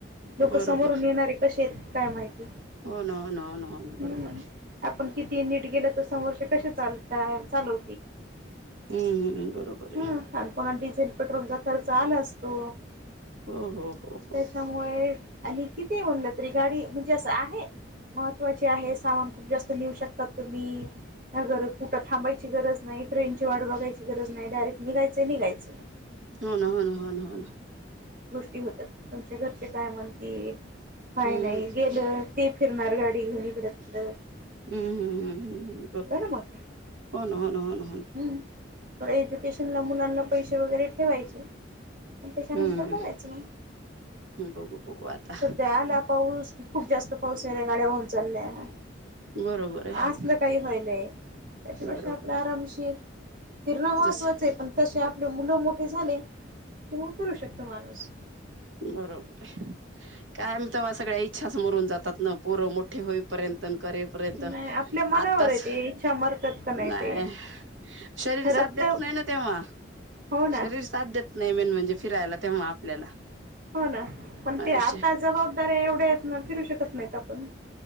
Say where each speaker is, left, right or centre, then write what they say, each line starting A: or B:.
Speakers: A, on the right (about 50°); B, on the right (about 80°).
A: लोक
B: बरोबर
A: समोरून येणारे कशे येतात काय माहिती
B: हो ना हो ना हो ना हो ना बरोबर
A: हम्
B: आहे
A: आपण किती नीट गेल तर समोर क चालताय चालव
B: हम्म हम्मम् बरोबर आहे
A: ह आणि पुन्हा डिझेल पेट्रोलचा खर्च आला असतो
B: ह ह हो हो
A: त्याच्यामुळे आणि किती होऊनला तरी गाडी म्हणजे अस महत्वाचे आहे सामान खूप जास्त नेऊ शकतात मी नगर कुठं थांबायची गरज नाही ट्रेन ची वाट बघायची गरज नाही डायरक्ट निघायचं निघायचं
B: हो ना हो ना होन हो ना
A: होत तुमच्या घरचे काय म्हणतील का
B: हम्म
A: नाही गेलं ते फिरणार गाडी घेऊन इकडं तिकड
B: हम्म हम्म हम् हम् बरोबर
A: मग ते
B: हो ना हो ना हो हो ना
A: हम्म थोड एज्युकेशन ला मुलांना पैसे वगैरे ठेवायचे त्याच्यानंतर
B: हम्म
A: बघायचं मग
B: हम्म बघू बघू आता
A: सध्या आला पाऊस की खूप जास्त पाऊस यायला गाड्या वाहून चालल्या
B: बरोबर आहे
A: असलं काही व्हायलय त्याच्यापेक्ष
B: बरोबर
A: आपला आराम फिरणं महत्त्वाचं
B: जस
A: आहे पण तश मुलं मोठे झाले ते मग फिूरु शकतो माणूस
B: बरोबर आहे काय म तेव्हा सगळ्या इच्छा समोरून जातो तज् पूर्व मोठे होईपर्यंत करेपर्यंत आत्ताच
A: नाही आपल्या मनावर आहे ते इच्छा मरतात का
B: नाही
A: ते.
B: शरीर
A: रक्त
B: साथ घेत नाही ना तेव्हा
A: हो ना
B: शरीर साध्य देत नाही मेन म्हणजे फिरायला तेव्हा आपल्याला
A: हो ना पण ते आता
B: असे
A: जबाबदारीे एवढ्या आहेत फिरू शकत तप नाही तापून